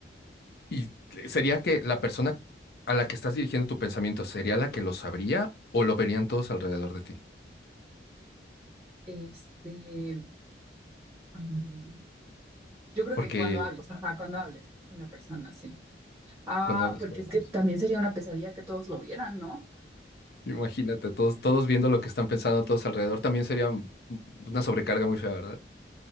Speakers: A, on the left; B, on the right.
A: ¿Y sería que la persona a la que estás dirigiendo tu pensamiento sería la que lo sabría o lo verían todos alrededor de ti?
B: Este, mm, Yo creo
A: Porque
B: que cuando hables, ajá, cuando hables con la persona, sí. Ah,
A: cuando hablas
B: porque
A: con la
B: es
A: persona,
B: que también sería una pesadilla que todos lo vieran, ¿no?
A: imagínate, todos, todos viendo lo que están pensando todos alrededor, también sería un- una sobrecarga muy fea, ¿verdad?